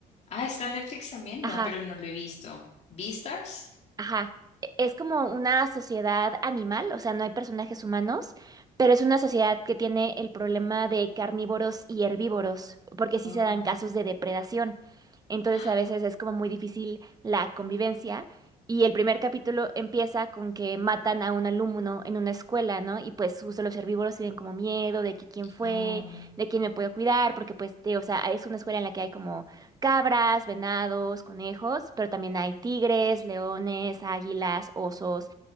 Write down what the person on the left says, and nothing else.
Ah, está en Netflix también.
No, pero no lo he visto. ¿Beastars?
Oh.
<gasps>
ah, Oh.